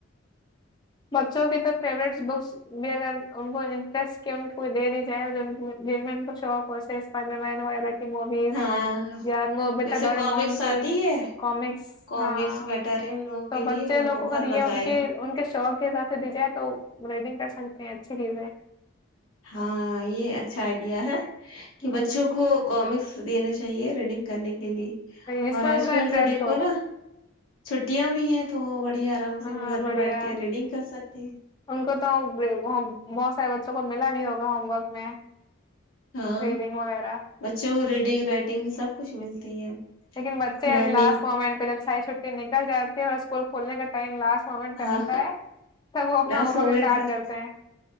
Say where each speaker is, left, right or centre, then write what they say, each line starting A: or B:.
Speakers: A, on the left; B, on the left.
A: بچوں کی تو فیوریٹس بکس بھی اگر ان کو انٹرسٹ ان کو دے دی جائے جن میں ان شوق ہوی وغہ موویز
B: ہاں
A: یا متا
B: جیسے
A: ڈورمون
B: کامکس
A: کی
B: آتی ہے
A: کامکس
B: کامکس
A: ہاں
B: بیٹر ہے ان لوگوں
A: تو
B: کے لیے
A: بچے
B: ان لوگ
A: لوگوں
B: کو بہت
A: کا
B: مزہ
A: ان
B: آئے
A: کے
B: گا
A: ان کے شوق دی جائے تو رائڈنگ کر سکتے ہیں اچھی دی ہے
B: ہاں یہ اچھا آئیڈیا ہے <unintelligible> کہ
A: ہوں،
B: بچوں کو کامکس دینا چاہیے رڈنگ کرنے کے لیے
A: جس
B: اور
A: میں
B: آج
A: ان کا
B: کل
A: انٹرسٹ
B: تو دیکھو
A: ہو
B: نا چھٹیا بھی ہیں تو بڑھیا آرام
A: ہاں
B: سے گھر میں
A: بڑھیا
B: بیٹھ کے ریڈنگ کر سکتے ہیں
A: ان کو تو بہت سارے بچوں کو ملا بھی ہوگا ہوم وورک میں <unintelligible>
B: ہاں
A: ریڈنگ وغیرہ
B: بچوں کو ری گ رائٹنگ سب کچھ ملتی ہے
A: لیکن بچے
B: لرننگ
A: لاسٹ مومنٹ پہ جب چھائی چھٹی نکل جاتی ہے اور کولنے کاٹائم لاسٹ ون پہ آتا
B: ہاں
A: ہے تب وہ اپنا
B: last
A: home
B: moment
A: work start
B: پر
A: کرتے ہیں